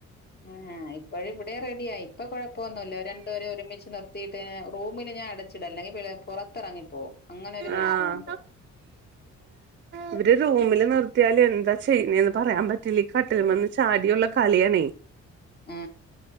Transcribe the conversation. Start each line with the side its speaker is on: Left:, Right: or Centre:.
Left: ആ ഇപ്പഴ് ഇവിടെം റെഡിയായി ഇപ്പൊ കൊഴപ്പൊന്നുല്ല രണ്ടുപോരെ ഒരുമിച്ച് നിർ വീട്ടിന് റൂമില് ഞാൻ അടച്ചിട് അല്ലെങ്കിൽ പൊറത്ത് ഇറങ്ങിപ്പോവും അങ്ങനൊരു പ്രശ്നവുണ്ട്
Right: ആഹ് ഇവര് റൂമില് നിർത്തിയാല് എന്താ ചെയ്യ്ന്നെ‌ന്ന് പറയാൻ പറ്റില്ല്യ ഈ കട്ടില്മ്മന്ന് ചാടിയൊള്ള കളിയാണേ
Left: ആ